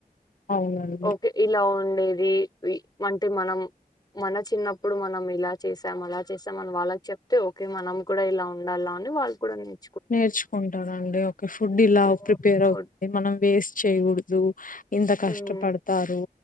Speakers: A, on the left (about 60°); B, on the left (about 25°).
A: అవునండి
B: ఓకే ఇలా ఉం ది అంటే మనం మన చిన్నప్పుడు మనం ఇలా చేసాం అలా చేసాం మన వాళ్ళకి చెప్తే ఓకే మనం కూడా ఇలా ఉండాలా అని వాళ్ళు కూడా నేర్.
A: నేర్చుకుంటారండి ఓకే ఫుడ్ ఇలా
B: హ్మ్.
A: ప్రిపేర్
B: ఫుడ్
A: అవుతుంది మనం వేస్ట్ చేయ్యకూడదు. జూ ఇంత కష్టపడతారు
B: హ్మ్.